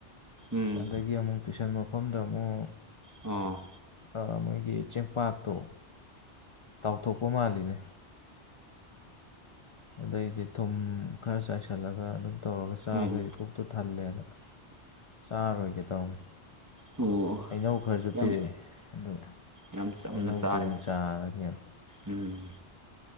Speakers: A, on the right; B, on the left.
A: ꯎꯝ
B: ꯑꯗꯒꯤ ꯑꯃꯨꯛ ꯇꯨꯏꯁꯟ ꯃꯐꯝꯗ ꯑꯃꯨꯛ
A: ꯑꯣ
B: ꯑꯥ ꯃꯣꯏꯒꯤ ꯆꯦꯡꯄꯥꯛꯇꯣ ꯇꯥꯎꯊꯣꯛꯄ ꯃꯥꯜꯂꯤꯅꯦ ꯑꯗꯩꯗꯤ ꯊꯨꯝ ꯈꯔ ꯆꯥꯏꯁꯤꯜꯂꯒ ꯑꯗꯨꯝ ꯇꯧꯔꯒ ꯆꯥꯕꯗꯩꯗꯤ
A: ꯎꯝ
B: ꯄꯨꯛꯇꯨ ꯊꯜꯂꯦꯅ ꯆꯥꯔꯔꯣꯏꯒꯦ ꯇꯧꯅꯤ
A: ꯑꯣ
B: ꯍꯩꯅꯧ ꯈꯔꯁꯨ
A: ꯌꯥꯝ
B: ꯄꯤꯔꯛꯑꯦ ꯑꯗꯨ
A: ꯌꯥꯝ ꯆꯝꯅ
B: ꯍꯩꯅꯧꯗꯨ
A: ꯆꯥꯔꯦꯅꯦ
B: ꯑꯣꯏꯅ ꯆꯥꯔꯒꯦꯅ
A: ꯎꯝ